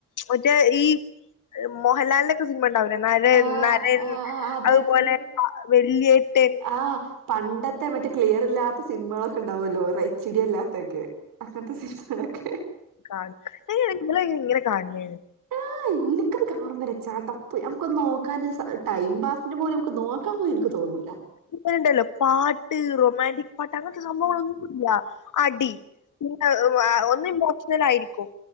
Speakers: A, on the left; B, on the right.
A: മറ്റേ ഈ മോഹൻലാലിന്റെ സിനിമ ഉണ്ടാവൂലെ നരൻ
B: ആ
A: നരൻ
B: ആ ആ അതെ
A: അതുപോലെ
B: അതെ
A: വല്യേട്ടൻ
B: ആഹ് പണ്ടത്തെ മറ്റേ ക്ലിയർ ഇല്ലാത്ത സിനിമകളൊക്കെ ഉണ്ടാവുല്ലോ റൈച്ചിടി എല്ലാത്തൊക്കെ അസനത്ത് ശീഷണ ക്കെ
A: കാണ്ക്ക് അയിന് ങ്ങള് ഇങ്ങനെ കാണ്ണെ
B: ആഹ് ഇന്നിക്ക് അത് കാണുംമ്പന്നെ ചടപ്പ് നംക്കൊന്ന് നോക്കാന് സ ടൈം പാസ്ന് പോലും നംക്ക് നോക്കാൻ പോലും ൻക്ക് തോന്നൂല
A: ഇങ്ങനെ ണ്ടല്ലോ പാട്ട് റൊമാന്റിക് പാട്ട് അങ്ങൻത്തെ സംഭവങ്ങളൊന്നുംല്ലാ അടി പിന്നെ ആ ഒന്ന് ഇമോഷ്ണലായിരിക്കും